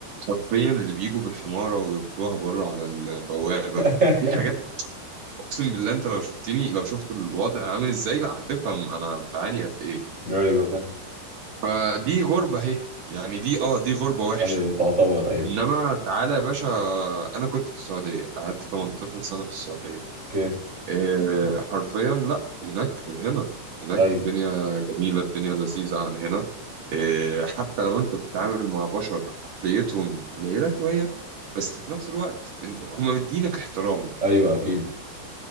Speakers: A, on the right; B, on the right.
A: حرفيا اللي بيجوا بالحمارة ويربطوها بره على البوابة
B: <laughs>
A: دي حاجات أقسم بالله أنت لو شفتني لو شفت الوضع عامل إزاي لا هتفهم أنا بعاني قد إيه
B: ايوه فاهم
A: فدي غربة أهي يعني دي آه دي غربة وحشة
B: ايوه تعتبر ايوه
A: إنما تعالى يا باشا أنا كنت في السعودية قعدت 18 سنة في السعودية
B: اوكي
A: إيه حرفيا لا هناك غير هنا هناك
B: ايوه
A: الدنيا جميلة الدنيا لذيذة عن هنا إيه حتى لو انت بتتعامل مع بشر عقليتهم قليلة شوية بس في نفس الوقت انت هم مدينك احترامه
B: ايوه اكيد